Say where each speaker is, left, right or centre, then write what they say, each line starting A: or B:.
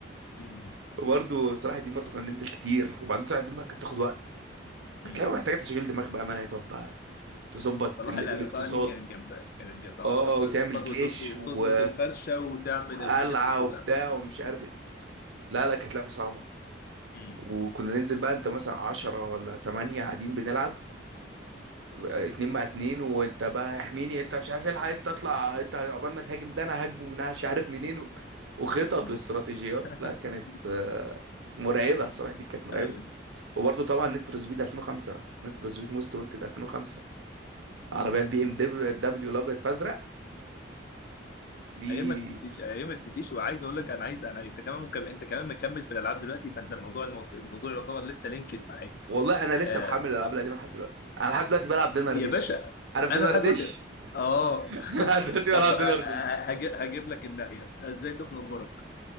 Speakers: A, on the left; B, on the right.
A: م-
B: وبرده صلاح الدين برضه كنا ننزل كتير وبعدين صلاح الدين بقى كانت بتاخد وقت كانت
A: م.
B: لعبه محتاجه تشغيل دماغ بقى ما هتقعد بقى تظبط
A: صلاح
B: ال...
A: لا
B: الاقتصاد
A: لا صلاح دي كانت جامدة كانت جامدة
B: اه
A: اه تظبط
B: وتعمل
A: الاقتصاد
B: جيش
A: وتظبط وتظبط
B: و...
A: الفرشة وتعمل
B: وقلعه
A: الحاجات دي كلها
B: وبتاع ومش عارف ايه لا لا كانت لعبه صعبه
A: م-
B: وكنا ننزل بقى انت مثلا عشرة ولا تمانية قاعدين بنلعب اتنين مع اتنين وانت بقى احميني انت مش عارف الحق انت اطلع انت عقبال ما تهاجم ده انا هاجمه من مش عارف منين و... وخطط
A: م.
B: واستراتيجيات
A: <laughs>
B: لا كانت آه، مرعبة صراحة دي كانت مرعبة
A: ايوه
B: وبرضه طبعا نيد فور سبيد 2005 نيد فور سبيد موست وانتد 2005
A: مم.
B: عربية البي ام دبليو دبليو الابيض فازرق دي
A: ايام ما تنسيش ايام ما تنسيش وعايز اقول لك انا عايز انا انت كمان مكمل انت كمان مكمل في الالعاب دلوقتي فانت الموضوع الموضوع يعتبر لسه لينكد معاك
B: والله انا لسه
A: آه،
B: محمل الالعاب القديمة لحد دلوقتي انا لحد دلوقتي بلعب دينر
A: يا
B: ديش
A: باشا
B: عارف دينر
A: انا لحد
B: ديش
A: دلوقتي اه
B: <laughs> لحد
A: <laughs>
B: دلوقتي
A: طب
B: بلعب دينر ديش
A: هجيب, هجيب لك الناحية ازاي تخنق جارك